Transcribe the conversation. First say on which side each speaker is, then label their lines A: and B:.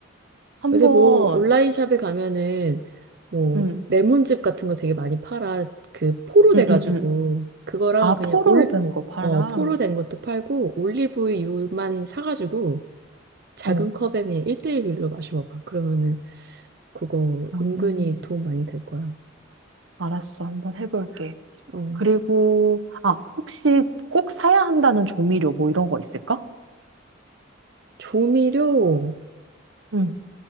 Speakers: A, on the right (about 80°); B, on the right (about 55°).
A: 한
B: 요새
A: 번,
B: 뭐, 온라인 샵에 가면은, 뭐,
A: 응,
B: 레몬즙 같은 거 되게 많이 팔아. 그, 포로 돼가지고,
A: 응, 응, 응.
B: 그거랑
A: 아,
B: 그냥
A: 포로
B: 올,
A: 된 거 팔아?
B: 어, 포로 된 것도 팔고, 올리브유만 사가지고, 작은
A: 어,
B: 컵에 그냥 1대1 비율로 마셔봐봐. 그러면은, 그거
A: 음,
B: 은근히 도움 많이 될 거야.
A: 알았어. 한번 해볼게.
B: 어,
A: 그리고, 아, 혹시 꼭 사야 한다는 조미료 뭐 이런 거 있을까?
B: 조미료,
A: 응,